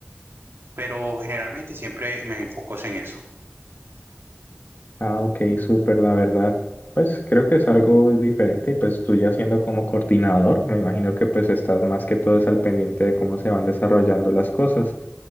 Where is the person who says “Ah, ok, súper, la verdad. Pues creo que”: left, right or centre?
Left